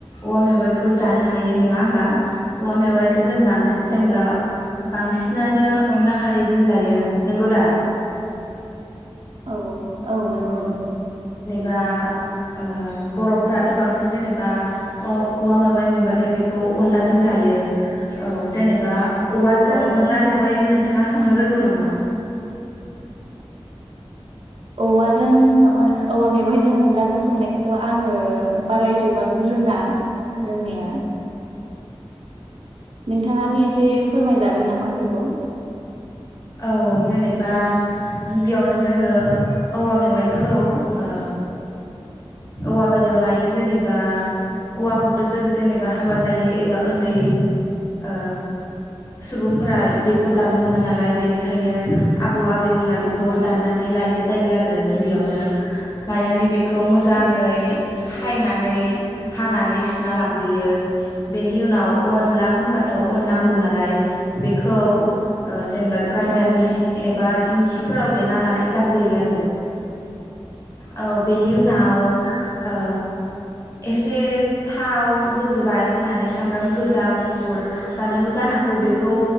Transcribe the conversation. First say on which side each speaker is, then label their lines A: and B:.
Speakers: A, on the left; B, on the right.
A: औवा मेवाइखौ जानो हायो नङा होमबा औवा मेवाइ बेखौ जों बां नांसि जेनेबा
B: औ
A: बांसिनानो अनला खारैजों जायो नंगौ दा।
B: औ औ औ नंगौ नोंथां।
A: बा ओ बर'फोराथ बांसिन जेनेबा अ औवा मेवाइ मोनबाथ नाथाय बेखौ अनलाजों जायो औ जेनेबा। औवाजों
B: औ
A: अनला मेवाय नों नोंथाङा संनो रोंगौ नामा।
B: औवाजों अह औवा मेवाइजों अनलाजों संनायखौथ आङो बारा एसेबां रोङा रोंनाया। नोंथाङानि एसे फोरमायजागोन नामा बेखौ।
A: औ जेनेबा गिबियावनो जोङो औवा मेवाइखौ ओ औवा बारियाव लायो जेनेबा औवाखौथ जों जेनेबा हाबा जायि एबा उन्दै ओ सुबुंफोरा बेखौ। दाननो मोना नालाय बेनिखायनो आब आबौ आबैमोना बेखौ
B: औ
A: दाननानै लायनाय जायो आरो गिबियावनो गायनानै बेख खौ मोजाङै
B: उम
A: सा सायनानै हानानै सुना लाग्रोयो बेनि उनाव अनला। होनबाथ
B: औ
A: अन नांगौ नालाय। बेखौ। ओह जेन एबा ग्राइनडार
B: औ
A: मेसिन एबा। दिंखिफोराव देना लानाय जाग्रोयो आरो औ बेनि उनाव ओ एसे थाव होग्रोबाय होनानै सामब्राम गोजा गुफुर बानलु जानांगौ बेखौ